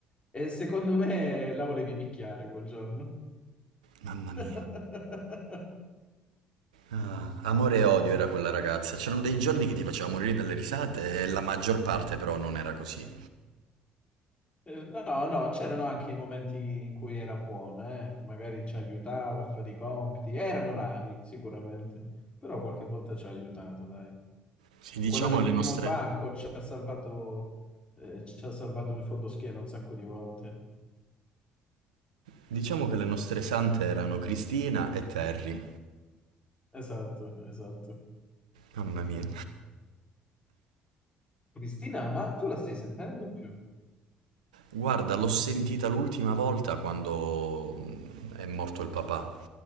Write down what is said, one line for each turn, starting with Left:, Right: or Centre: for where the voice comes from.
Left: e secondo me la volevi picchiare quel giorno.
Right: Mamma mia.
Left: <laughs>
Right: Ah, amore e odio era quella ragazza. C'erano dei giorni che ti faceva morire dalle risate e la maggior parte però non era così.
Left: Eh, No, no, c'erano anche i momenti in cui era buona, eh. Magari ci aiutava a fare i compiti, erano rari sicuramente, però qualche volta ci ha aiutato, dai.
Right: Sì, diciamo
Left: Quella del
Right: le
Left: primo
Right: nostre...
Left: banco ci ha salvato, eh, ci ha salvato il fondoschiena un sacco di volte.
Right: Diciamo che le nostre sante erano Cristina e Terry.
Left: Esatto, esatto.
Right: Mamma mia.
Left: Cristina, ma tu la stai sentendo più?
Right: Guarda, l'ho sentita l'ultima volta quando mm, è morto il papà,